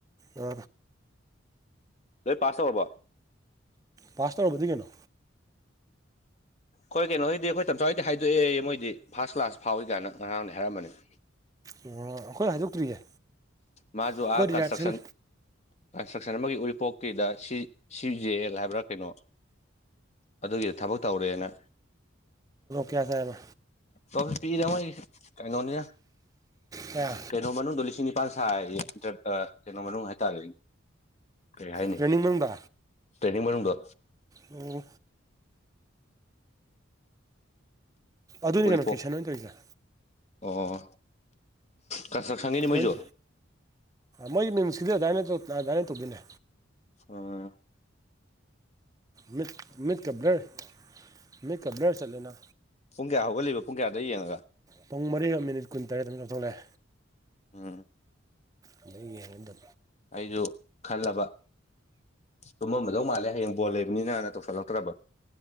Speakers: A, on the right (about 15°); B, on the left (about 35°).
A: ꯑ
B: ꯑꯗꯨꯣꯏ ꯄꯥꯁꯁ ꯑꯣꯏꯔꯕ
A: ꯄꯥꯁ ꯇꯧꯔꯔꯕꯗꯤ ꯀꯩꯅꯣ
B: ꯍꯣꯏ ꯀꯩꯅꯣ ꯍꯥꯏꯗꯤ ꯑꯩꯈꯣꯏ ꯇꯝꯁꯥꯋꯥꯗꯤ ꯍꯥꯏꯗꯣꯛꯑꯦ ꯃꯣꯏꯗꯤ ꯐꯥꯔꯁ ꯀ꯭ꯂꯥꯁ ꯐꯥꯎꯏ ꯀꯥꯏꯅ ꯉꯔꯥꯡꯗ ꯍꯥꯏꯔꯝꯕꯅꯤ
A: ꯑꯣ ꯑꯩꯈꯣꯏ ꯍꯥꯏꯗꯣꯛꯇ꯭ꯔꯤꯌꯦ
B: ꯃꯥꯁꯨ
A: ꯑꯩꯈꯣꯏ ꯔꯤꯍꯥꯔꯁꯦꯜ
B: ꯀꯟꯁꯇ꯭ꯔꯛꯁꯟ ꯀ ꯏꯁꯇ꯭ꯔꯛꯁꯟ ꯑꯃꯒꯤ ꯎꯔꯤꯄꯣꯛꯀꯤꯗ ꯁꯤ ꯖꯦ ꯑꯦꯜ ꯍꯥꯏꯕ꯭ꯔꯥ ꯀꯩꯅꯣ ꯑꯗꯨꯒꯤꯗ ꯊꯕꯛ ꯇꯧꯔꯦꯅ
A: ꯀꯌꯥ ꯁꯥꯕ
B: ꯇ ꯄꯤꯗꯃ ꯀꯩꯅꯩꯅꯣꯅꯤ
A: ꯀꯌꯥ
B: ꯀꯩꯅꯩꯅꯣꯅ ꯗꯣꯂꯤꯁꯤꯅꯤꯄꯥ ꯍꯥꯏꯔꯤꯟꯇ ꯀꯩꯅꯣ ꯃꯔ ꯍꯥꯏꯇꯥꯔꯦ ꯀꯩ ꯍꯥꯏꯅꯤ
A: ꯇ꯭ꯔꯦꯅꯤꯡ ꯃꯅꯨꯡꯗ
B: ꯇ꯭ꯔꯦꯟꯅꯤꯡ ꯃꯅꯨꯡꯗ
A: ꯑꯣ ꯑꯗꯨꯅꯤ
B: ꯎꯔꯤꯄꯣꯛ
A: ꯀꯩꯅꯣ ꯀꯦꯁꯟ ꯑꯣꯏꯅ ꯀꯧꯔꯤꯒ
B: ꯑꯣ ꯀꯟꯁꯇ꯭ꯔꯛꯁꯪꯒꯤꯅꯤ
A: ꯃꯣꯏꯅ
B: ꯃꯣꯏꯁꯨ
A: ꯃꯣꯏ ꯃꯤꯃꯤꯁꯤꯗꯤ ꯑꯗꯨꯃꯥꯏꯅ ꯑꯗꯨꯃꯥꯏꯅ ꯇꯧꯕꯤꯅꯦ
B: ꯑꯣꯝ
A: ꯃ ꯃꯠ ꯀ ꯭ꯂꯔ ꯃꯠ ꯀ ꯕ꯭ꯂꯦꯔ ꯆꯠꯂꯅ
B: ꯄꯨꯡ ꯀꯌꯥ ꯍꯧꯒꯠꯂꯤꯕ ꯄꯨꯡ ꯀꯌꯥꯗ ꯌꯦꯡꯉꯒ
A: ꯄꯨꯡ ꯃꯔꯤꯒ ꯃꯤꯅꯤꯠ ꯀꯨꯟ ꯇꯔꯦꯠꯇ ꯑꯃꯨꯛ ꯂꯧꯊꯣꯛꯂꯛꯑꯦ
B: ꯎꯝ
A: ꯑꯗꯨꯗꯒꯤ ꯌꯦꯡꯗ
B: ꯑꯩꯁꯨ ꯈꯜꯂꯕ ꯁꯨꯝꯃꯝꯝꯕꯗꯧ ꯃꯥꯜꯂꯦ ꯍꯌꯦꯡ ꯕꯣꯜ ꯂꯩꯕꯅꯤꯅꯅ ꯇꯧꯁꯜꯂꯛꯇ꯭ꯔꯕ